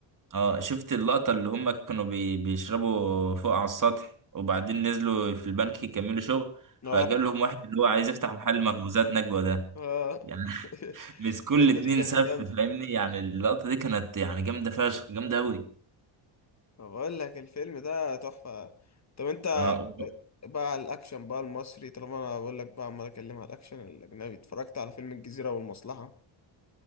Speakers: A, on the right; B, on the left.
A: اه شفت اللقطة اللي هم كانوا بي بيشربوا فوق على السطح وبعدين نزلوا في البنك يكملوا شغل فجال
B: اه
A: لهم واحد اللي هو عايز يفتح محل مخبوزات نجوى ده
B: اه
A: يعني <laughs>
B: <laughs>
A: مسكوا
B: الحته
A: الاتنين
B: دي كانت
A: سف
B: جامده
A: فاهمني يعني اللقطة دي كانت يعني جامدة فشخ جامدة أوي
B: بقول لك الفيلم ده تحفه طب انت
A: اه
B: بقى على الاكشن بقى المصري طالما انا بقول لك بقى عمال اكلم على الاكشن الاجنبي اتفرجت على فيلم الجزيره والمصلحه